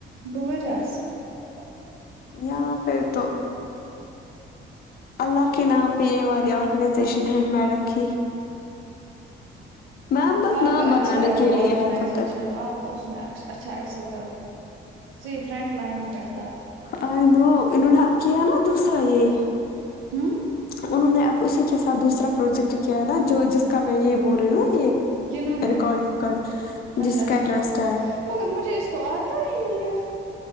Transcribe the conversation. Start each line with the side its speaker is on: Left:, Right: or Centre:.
Right: گوٚو واریاہ اصل
Left: یہاں پہ تو
Right: بتر
Left: اللہ کے نام پہ یہ والے اور یشن ہے میڈم کی میم بس
Right: آپ
Left: نام
Right: کا اچھا
Left: بنانے
Right: ہے
Left: کے
Right: وہ
Left: لیے
Right: آرگنائزیشن
Left: ہے تب تک
Right: آپ اسس میں اچھا ایکسل کرو س فرینڈ لائن پی ت تھا
Left: آئی نو انہوں نے کیا نا دوسرا یہ
Right: ہوں
Left: انہوں نے اب اسی کے ساتھ دوسرا پروجیکٹ کیا نا جو جس <unintelligible> نا یہ
Right: کنوں نے
Left: ریکارڈنگ وکارڈنگ جس
Right: اچھا اچھا
Left: کا انٹرسٹ ہے
Right: مگر مجھے اس کو آتا ہے نہیں